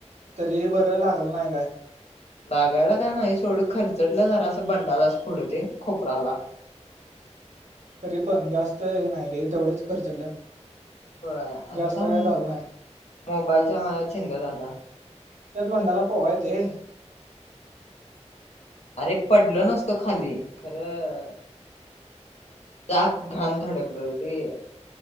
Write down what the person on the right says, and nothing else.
तरी बरं लागल नाही काय
तरी पण जास्त हे नाही रे तेवढंच खर्चटलं
जास्त
झालं नाही
त्यात बंडाला पोवाय येतय